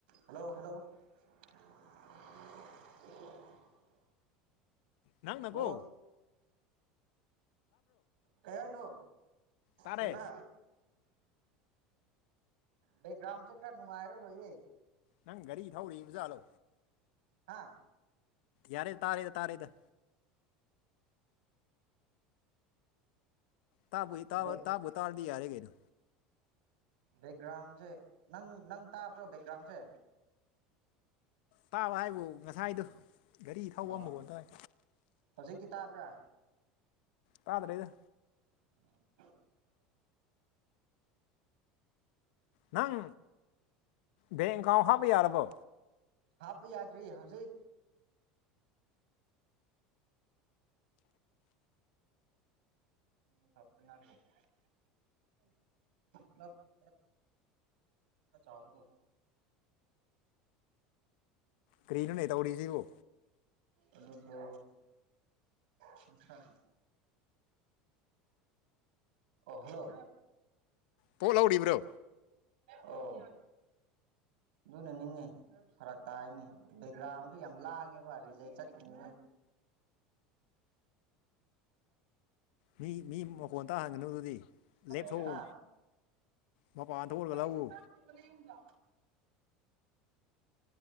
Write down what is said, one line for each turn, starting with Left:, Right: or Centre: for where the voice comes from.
Right: hello hello <unintelligible>
Left: ꯅꯪꯅ
Right: hello
Left: ꯀꯣ
Right: ꯀꯩ ꯍꯥꯢꯅꯣ
Left: ꯇꯥꯔꯦ
Right: ꯀꯅꯥ ꯕꯦꯛꯒ꯭ꯔꯥꯎꯟ ꯁꯦ ꯈꯔꯅꯅꯨꯡꯉꯔ ꯔꯣꯢꯌꯦ
Left: ꯅꯪ ꯒꯔꯤ ꯊꯧꯔꯤꯕ ꯖꯠꯂꯣ
Right: ꯍꯥꯥ
Left: ꯌꯥꯔꯦ ꯇꯥꯔꯦꯗ ꯇꯥꯔꯦꯗ ꯇꯥꯕꯨꯏ ꯇꯥꯕ
Right: ꯕꯦꯛ
Left: ꯇꯥꯕꯨ ꯇꯥꯔꯗꯤ ꯌꯥꯔꯦ ꯀꯩꯅꯣ
Right: ꯕꯦꯛꯒ꯭ꯔꯥꯎꯟꯁꯦ ꯅꯪ ꯅꯪ ꯇꯥꯕ꯭ꯔꯣ ꯕꯦꯛꯒ꯭ꯔꯥꯎꯟꯁꯦ
Left: ꯇꯥꯕ ꯍꯥꯏꯕꯨ ꯉꯁꯥꯏꯗꯨ ꯒꯥꯔꯤ ꯊꯧꯕ
Right: ꯑꯥ
Left: ꯃꯈꯣꯟ ꯇꯥꯏ
Right: ꯍꯧꯖꯤꯛꯇꯤ ꯇꯥꯕ꯭ꯔꯥ
Left: ꯇꯥꯗ꯭ꯔꯦꯗ
Right: <inaudible>
Left: ꯅꯪ ꯕꯦꯡꯛ ꯑꯦꯀꯥꯎꯟ ꯍꯥꯞꯄ ꯌꯥꯔꯕꯣ
Right: ꯍꯥꯞꯄ ꯌꯥꯗ꯭ꯔꯤ ꯍꯧꯖꯤꯛ <unintelligible> <unintelligible> ꯈꯔ ꯆꯥꯎꯕꯗꯣ <unintelligible>
Left: ꯀ꯭ꯔꯤꯅꯣꯅꯦ ꯇꯧꯔꯤꯁꯤꯕꯨ
Right: ꯑꯗꯨꯗꯣ ꯀꯨꯟꯊ꯭ꯔꯥꯅꯦ ꯑꯣ ꯍꯜꯂꯣ
Left: ꯄꯣꯠ ꯂꯧꯔꯤꯕ꯭ꯔꯣ
Right: ꯑꯣ ꯑꯗꯨꯅꯅꯤꯅꯦ ꯐꯔꯛ ꯇꯥꯔꯅꯤ ꯕꯦꯛꯒ꯭ꯔꯥꯎꯟꯗꯨ ꯌꯥꯝ ꯂꯥꯡꯉꯦꯕ ꯔꯤꯖꯦꯛ ꯆꯠꯈꯤꯅꯤ
Left: ꯃꯤ ꯃꯤ ꯃꯈꯣꯟ ꯇꯥꯍꯟꯒꯅꯨ ꯑꯗꯨꯗꯤ ꯂꯦꯞꯊꯣꯛꯎ
Right: <inaudible> ꯍꯥ
Left: ꯃꯄꯥꯟ ꯊꯣꯛꯂꯒ
Right: ꯀꯔꯤꯁꯨ
Left: ꯂꯧꯎ
Right: ꯆꯥꯔꯛꯇ꯭ꯔꯤꯕꯅꯦ ꯌꯨꯝꯗ